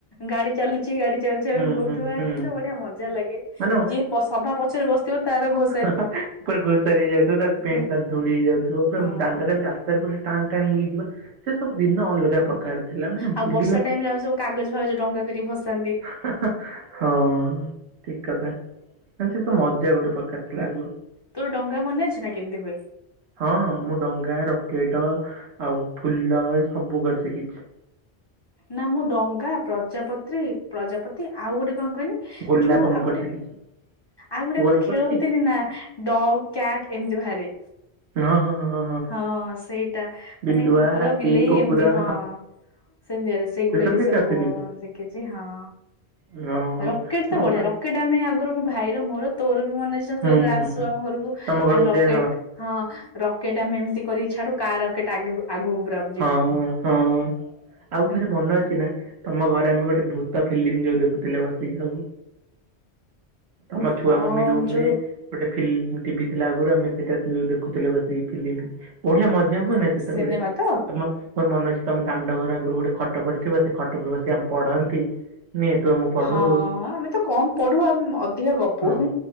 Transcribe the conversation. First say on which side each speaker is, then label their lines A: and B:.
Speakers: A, on the left; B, on the right.
A: ଗାଡି ଚାଲୁ ଚି ଗାଡି ଚାଲୁଚି ଆମେ
B: ହୁଁ
A: କହୁଥିବା
B: ହୁଁ ହୁଁ
A: କେତେ ବଢିଆ ମଜା ଲାଗେ
B: ମାନେ
A: ଯିଏ ସଭା ପଛରେ ବସିଥିବ ତାର ଘୋ
B: ହଁ ହଁ ପରେ ଘୋସାରି ହେଇଯାଉଥିବ ତା ପେଣ୍ଟ
A: ହଁ
B: ସାର୍ଟ ଧୂଳି ହେଇଯାଉଥିବ ପୂରା
A: ହଁ।
B: ଦାଣ୍ଡରେ ସେଥିରେ ପୁରା ଟାଣି ଟାଣି ହେଇଯାଉଥିବ ସେ ସବୁ ଦିନ ଅଲଗା ପ୍ରକାର ଥିଲା ମାନେ
A: ଆଉ
B: ଭୁଲି
A: ବର୍ଷା
B: ନେ
A: ଟାଇମ ରେ ଆମେ ସବୁ କାଗଜ ଫାଗଜ ଡ଼ଙ୍ଗା କରିକି ଭସାନ୍ତି।
B: ହିଁ ହିଁ ହଁ ଠିକ କଥା। ସେ ମଜା ଗୋଟେ ପ୍ରକାର ଥିଲା ଆଗରୁ
A: ତୋର ଡଙ୍ଗା ମନେ ଅଛି ନା କେମିତି ହୁଏ।
B: ହଁ ମୁଁ ଡଙ୍ଗା ରକେଟ ଆଉ ଫୁଲ ଏ ସବୁ କରି ଶିଖିଚି।
A: ନା ମୁଁ ଡଙ୍ଗା ପ୍ରଜାପତ୍ରି ପ୍ରଜାପତି ଆଉ ଗୋଟେ କଣ କଅନି।
B: ଗୋଲାପ
A: ଯୋଉ
B: ମୁଁ
A: ଆଉଗୋଟେ
B: କରି ଶିଖିଛି
A: ଆଉ ଗୋଟେ
B: ତୁ
A: ଆଗରୁ
B: ଗୋଲାପ
A: ଖେଳନ୍ତିନି
B: କରି ଶିଖିଛୁ
A: ନା। ଡଗ୍ କ୍ୟାଟ୍ ଏମିତି ବାହାରେ।
B: ହଁ ହଁ ହଁ ହଁ
A: ହଁ ସେଇଟା
B: ବିଲୁଆ
A: ମାନେ କୁକୁର
B: ହାତୀ
A: ବିଲେଇ
B: କୁକୁର
A: ଏମିତି ହଁ। ସେଆରେ ସେଗୁଡା
B: ସେ
A: ବି ସବୁ
B: କରି ଶିଖିଛୁ
A: ଶିଖିଛି ହଁ।
B: ଓହୋ
A: ରକେଟ ତ
B: ହଁ
A: ବଢିଆ
B: ଆଉ
A: ରକେଟ ଆମେ ଆଗରୁ ମୋ ଭାଇର ମୋର ତୋର ବି ମନେ ଅଛି।
B: ହୁଁ
A: ତୁ ଯେତେବେଳେ ଆସୁ ଆମ ଘରକୁ
B: ତମ ଘରକୁ
A: ଆମେ ରକେଟ
B: ଯାଏ
A: ହଁ। ରକେଟ ଆମେ ଏମିତି କରିକି ଛାଡୁ କାହା ରକେଟ୍ ଆଗେ ଆଗକୁ ପଳେଇବ।
B: ହଁ ହଁ। ଆଉ
A: ହୁଁ
B: ଥରେ ମନ ଅଛି ନା ତମ ଘରେ ଆମେ ଗୋଟେ ଭୂତ ଫିଲ୍ମ ଯୋଉ ଦେଖୁଥିଲେ ବସିକି ସବୁ। ତମ ଛୁଆ
A: ହଁ
B: ମମି ରୁମରେ।
A: ଯୋଉ
B: ଗୋଟେ ଫିଲ୍ମ ଟିଭି ଥିଲା ଆଗରୁ ଆମେ ସେଇଟା ଦେଖୁଥିଲେ ବସିକି ଫିଲ୍ମ। ବଢିଆ ମଜା
A: ହଁ
B: ହୁଏନା ସେତେବେଳେ
A: ସିନେମା ତ
B: ତମ ମୋର ମନେ ଅଛି ତମ ଦାଣ୍ଡ ଘର ଆଗରୁ ଗୋଟେ ଖଟ ପଡିଥିବ ସେ ଖଟ ଉପରେ ବସି ଆମେ ପଢନ୍ତି। ନେ ତୁ ଆମକୁ ପଢଉ
A: ହଁ ଆମେ ତ କମ ପଢୁ ଆ ଅଧିକା ଗପୁ।
B: ହଁ